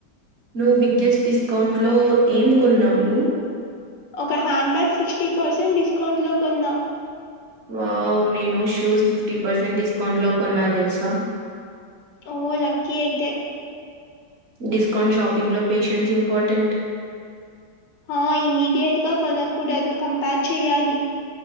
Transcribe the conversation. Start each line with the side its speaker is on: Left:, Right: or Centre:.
Right: నువ్వు బిగ్గెస్ట్ డిస్కౌంట్లో ఏం కొన్నావు
Left: ఒక hand bag sixty percent discount లో కొన్నా
Right: వావ్ నేను షూస్ ఫిఫ్టీ పర్సెంట్ డిస్కౌంట్ లో కొన్నా తెలుసా
Left: ఓ లక్కీ అయితే
Right: డిస్కౌంట్ షాపింగ్ లో పేషెంట్స్ ఇంపార్టెంట్
Left: ఆ ఇమీడియట్ గా కొనకూడదు కంపేర్ చెయాలి